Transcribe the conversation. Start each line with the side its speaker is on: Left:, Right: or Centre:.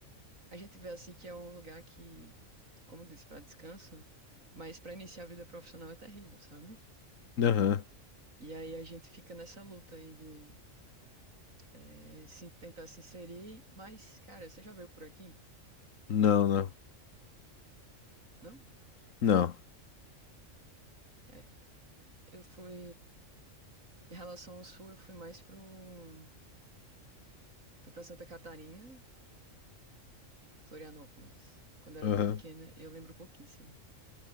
Right: a gente vê assim que é um lugar que, como eu disse, pra descanso, mas pra iniciar a vida profissional é terrível, sabe?
Left: Aham.
Right: E aí a gente fica nessa luta aí de eh, se tentar se inserir, mas, cara, você já veio por aqui?
Left: Não, não.
Right: Não?
Left: Não.
Right: É. Eu fui em relação ao sul, eu fui mais pro Fui pra Santa Catarina, Florianópolis, quando eu era
Left: Aham.
Right: bem pequena, e eu lembro pouquíssimo.